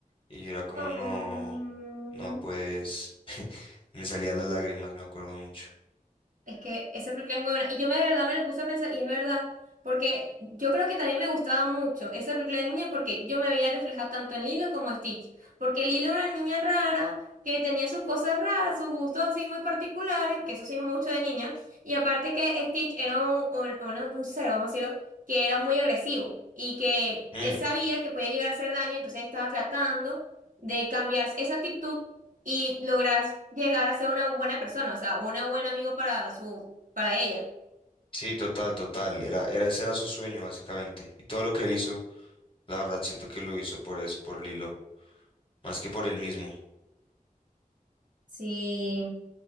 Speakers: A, on the left (about 35°); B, on the right (about 65°).
A: Y yo era como,
B: Mm.
A: no, no, pues <laughs> me salían las lágrimas, me acuerdo mucho.
B: Es que esa película es muy buena. Y yo me de verdad me lo puse a pensar, y es verdad, porque yo creo que también me gustaba mucho esa película de niña porque yo me veía reflejada tanto en Lilo como en Stitch. Porque Lilo era una niña rara, que tenía sus cosas raras, sus gustos así muy particulares, que eso sí, mucho de niña. Y aparte que Stitch era un, un, una- un ser, vamos a decirlo, que era muy agresivo y que
A: Mm,
B: él sabía que podía llegar a hacer daño, entonces estaba tratando de cambiar esa actitud y lograr llegar a ser una buena persona, o sea, una buena amigo para su, para ella.
A: sí, total, total. Era, era, ese era su sueño, básicamente. Y todo lo que él hizo, la verdad, siento que lo hizo por eso, por Lilo, más que por él mismo.
B: Sí,